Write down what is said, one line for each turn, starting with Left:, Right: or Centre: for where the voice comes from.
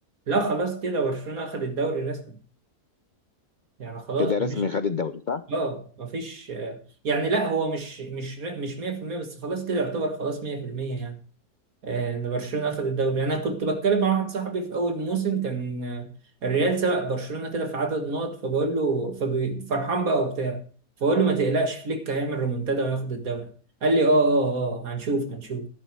Right: لا خلاص كده برشلونه اخذ الدوري رسمي يعني خلاص
Left: كده رسمي
Right: مفيش
Left: خد الدوري صح؟
Right: اه مفيش آه، يعني لا هو مش مش مش 100% بس خلاص كده يعتبر خلاص 100% يعني آه، ان برشلونه اخذ الدوري انا كنت بتكلم مع واحد صاحبي في اول موسم كان آه، الريال سبق برشلونه كده في عدد نقط فبقول له ففرحان بقى وبتاع فبقول له ما تقلقش فليك هيعمل ريمونتادا وياخد الدوري قال لي اه اه اه آه، هنشوف هنشوف